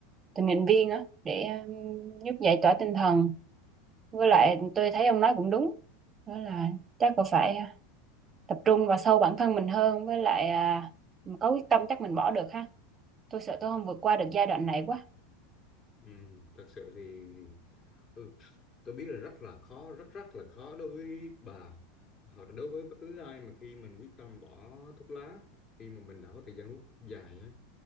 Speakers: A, on the right; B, on the left.
A: tình nguyện viên á để um, giúp giải tỏa tinh thần với lại tôi thấy ông nói cũng đúng đó là chắc là phải à, tập trung vào sâu bản thân mình hơn với lại à, có quyết tâm chắc mình bỏ được ha tôi sợ tôi không vượt qua được giai đoạn này quá
B: Ừ, thật sự thì ừ, tôi biết là rất là khó rất rất là khó đối với bà hoặc là đối với bất cứ ai mà khi mình quyết tâm bỏ thuốc lá khi mà mình đã có thời gian hút dài á